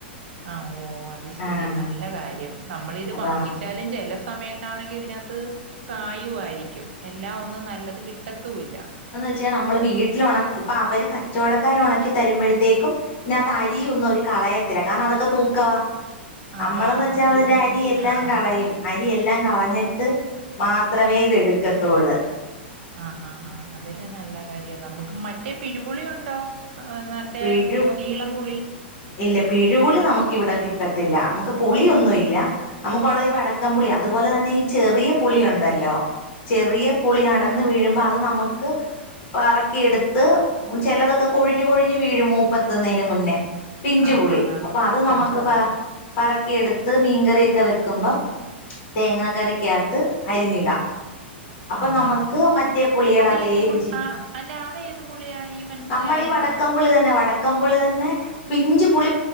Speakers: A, on the right (about 65°); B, on the left (about 45°).
A: ആഹ് ഓ അത് ശെരി
B: ആഹ്
A: നല്ല കാര്യം നമ്മൾ ഇത്
B: അതാ
A: വാങ്ങിച്ചു എന്തായ്ലും ചെല സമയത്താണെങ്കിൽ ഇതിനകത്ത് കായും ആയിരിക്കും എല്ലാം ഒന്നു നല്ലത് കിട്ടത്തൂല്ല
B: പക്ഷ നമ്മള് വീട്ടില് ഒണ പ്പൊ അവര് കച്ചവടക്കാര് ഒണക്കി തരുമ്പഴത്തേക്കും ഇതിനാത്ത് അരി ഒന്നും അവര് കളയത്തില്ല കാരണം അതൊക്കെ തൂക്കവാ നമ്മള്ന്ന്
A: അതാ
B: വെച്ചാ
A: അരി
B: അതിന്റെ
A: ഉണ്ടെങ്കി
B: അരിയെല്ലാം
A: ആഹ്
B: കളയും അരിയെല്ലാം കളഞ്ഞിട്ട് മാത്രവേ ഇത് എടുക്കത്തൊള്ള്
A: ആഹ് ആഹ് ആഹ് അതൊരു നല്ല കാര്യ നമുക്ക് മറ്റേ പിരി പുളിയു ണ്ടോ അ മറ്റേ
B: പിഴു
A: മൊതീളം പുളി
B: ഇല്ല പിരിപുളി നമുക്കിവിടെ കിട്ടത്തില്ല നമുക്ക് പുളിയൊന്നുംല്ല നമുക്കുള്ളത് ഈ വടക്കം പുളിയാ അതുപോലെ തന്നെ ഈ ചെറിയ പുളി ഉണ്ടല്ലൊ ചെറിയ പുളി അടന്ന് വീഴുമ്പൊ അത് നമുക്ക് പറക്കി എടുത്ത് ചെലതൊക്കെ കൊഴിഞ്ഞു കൊഴിഞ്ഞ് വീഴും മൂപ്പെ ത്തുന്നേന് മുന്നെ പിഞ്ചുപുളി
A: ആഹ് ആഹ് ആഹ്
B: അപ്പൊ അത്
A: പിഞ്ചു
B: നമക്ക്
A: പുളി
B: പ പറക്കിയെടുത്ത് മീൻകറിയൊക്കെ വെക്കുമ്പം തേങ്ങാ കറിക്കാത്ത് അരിഞ്ഞിടാം അപ്പൊ
A: ആഹ്
B: നമക്ക്
A: ആഹ് ആഹ്
B: മറ്റേ പുളിയിടെ
A: അതേത്
B: അതേ
A: പു
B: രുചി.
A: ആഹ് അല്ല അതേത് പുളിയാ എനിക്ക് മനസ്സിലായില്ല
B: നമ്മളീ വടക്ക ക്കം പുളി തന്നെ വടക്കംപുളി തന്നെ പിഞ്ച് പുളി